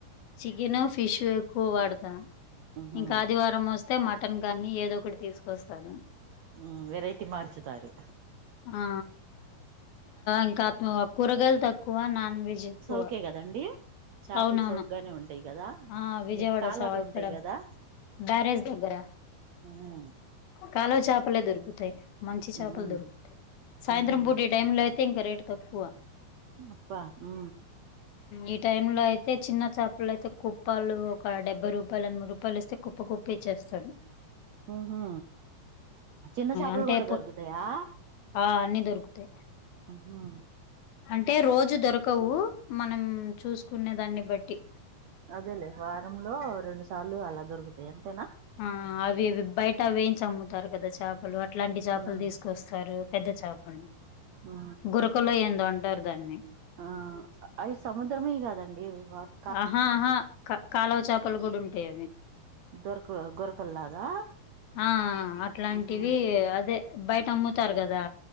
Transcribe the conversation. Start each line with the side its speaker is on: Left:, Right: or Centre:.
Left: చికెన్ ఫిష్ ఎక్కువ వాడత
Right: ఉహు,
Left: ఇంకా ఆదివారం వ స్తే అంటే మటన్ గానీ ఏదో ఒకటి తీసుకొస్తారు
Right: ఆ వెరైటీ మార్చుతారు
Left: ఆ ఇంకా అమ కూరగాయలు తక్కువ నాన్ వెజ్ ఎక్కువ
Right: ఒకే కదండి చాపలు
Left: అవునవును
Right: చౌగ్గానే ఉంటాయి కదా
Left: ఆ విజయవాడ
Right: మీకు కాలువలు
Left: సా ఇక్కడ
Right: ఉంటాయి కదా
Left: బ్యారేజ్ దగ్గర
Right: ఉహు,
Left: కాలువ చేపలే దొరుకుతాయి మంచి చేపలు
Right: ఉహు,
Left: దొరుకుతాయి సాయంత్రం
Right: ఉహు.
Left: పూట టైములో అయి తే ఇంకా రేట్ తక్కువ
Right: హ్మ్ అబ్బా హూ
Left: ఈ టైము లో అయితే చిన్న చా పాలైతే కుప్పాలు ఒక డెబ్బై రూపాయలు ఎనబై రూపాయలు ఇస్తే కుప్ప కుప్ప ఇచ్చేస్తాడు
Right: ఉమ్ హు చిన్న చాపలు
Left: అంటే
Right: కూడ దొరుకుతయా
Left: ఆ అన్నీ దొరుకుతయి
Right: అహా
Left: అంటే రోజు దొరకవు మనం చూసుకునే దాన్ని బట్టి
Right: అదేలే వారం లో రెండు సార్లు అలా దొరుకుతయి అంతేనా
Left: ఆ అవి ఇవి బయట వేయించి అమ్ముతారు గదా చాప్ పలు అట్లాంటి చాపలు
Right: ఆ
Left: దీసుకొస్తారు పెద్ద చాపలు
Right: ఆ
Left: గుర్ప్ క్కలో ఏందో అంటారు దాన్ని
Right: ఆ అయి సముద్రమియి కాదండి వాట్
Left: ఆహా ఆహా కా కాలవ చాపలు కూడ ఉంటయవి
Right: దొరక్ గొరకల్లాగా
Left: ఆ అట్లాంటివి
Right: ఆహా
Left: అదే బయట అమ్ముతారు గదా